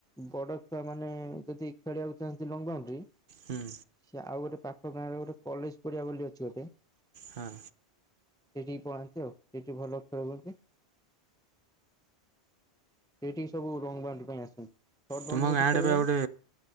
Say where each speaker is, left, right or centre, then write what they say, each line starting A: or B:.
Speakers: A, in the centre; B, on the right (about 55°).
A: ବଡ ପିଲା ମାନେ ଯଦି ଖେଳିବାକୁ ଚାହୁଁନ୍ତି ଲଙ୍ଗ ବାଉଣ୍ଡି
B: ହୁଁ।
A: ସେ ଆଉ ଗୋଟେ ପାଖ ଗାଁରେ ଗୋଟେ କଲେଜ ପଡିଆ ବୋଲି ଅଛି ଗୋଟେ
B: ହଁ।
A: ସେଠିକି ପଳାନ୍ତି ଆଉ ସେଠି ଭଲ ଖେଳ ହୁନ୍ତି। ସେଠି ସବୁ ଲଙ୍ଗ ବାଉଣ୍ଡ ପାଇଁ ଆସନ୍ତୀ। ସର୍ଟ
B: ତୁମ
A: ବାଉନ୍ଦ୍ରି
B: ଗାଁ
A: ସେଠି
B: ଆଡ଼େ
A: ଖେଳ
B: ବା
A: ହୁଏନି।
B: ଗୋଟେ